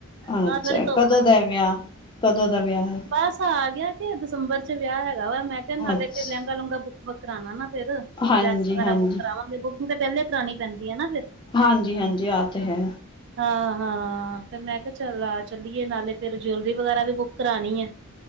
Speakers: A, on the left; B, on the right.
A: ਅੱਛਾ
B: ਆਹ ਥੋੜੀ ਧੁੱਪ
A: ਕਦੋਂ
B: ਹਲਕੀ
A: ਦਾ ਵਿਆਹ ਕਦੋਂ ਦਾ ਵਿਆਹ ਹੈ
B: ਬਸ ਆ ਗਿਆ। ਦਸੰਬਰ ਚ ਵਿਆਹ ਹੈਗਾ ਵਾ ਮੈਂ ਕਿਹਾ ਨਾਲੇ
A: ਅੱਛਾ
B: ਫੇਰ ਲਹਿੰਗਾ ਲੂੰਗਾ ਬੁੱਕ ਬਾਕ ਕਰਾਉਣਾ ਨਾ ਫੇਰ ਕੋਈ-
A: ਹਾਂਜੀ ਹਾਂਜੀ
B: ਆਪਣੀ ਬੁਕਿੰਗ ਤੇ ਪਹਿਲੇ ਹੀ ਕਰਾਣੀ ਪੈਂਦੀ ਹੈ ਨਾ ਫ਼ਿਰ,
A: ਹਾਂਜੀ, ਹਾਂਜੀ ਆ ਤੇ ਹੈ,
B: ਹਾਂ ਹਾਂ ਫੇਰ ਮੈਂ ਕਿਹਾ ਚੱਲ ਆ ਚੱਲੀਏ ਨਾਲੇ ਫਿਰ ਜੁਲਰੀ ਵਗੈਰਾ ਵੀ ਬੁੱਕ ਕਰਾਣੀ ਹੈ।